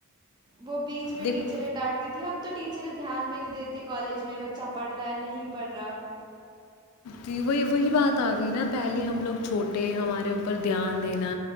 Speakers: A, on the right (about 20°); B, on the left (about 85°).
A: وہ بیچ میں
B: دیکھ
A: ٹیچریں ڈانٹتی تھی اب تو ٹیچر ر دھیان بھی نہیں دیتی کالج میں بچہ پڑھ رہا ہے نہیں پڑھ رہا
B: جی وہی وہی بات آ گئی نا پہلے ہم لوگ چھوٹے ہمارے اوپر دھیان دینا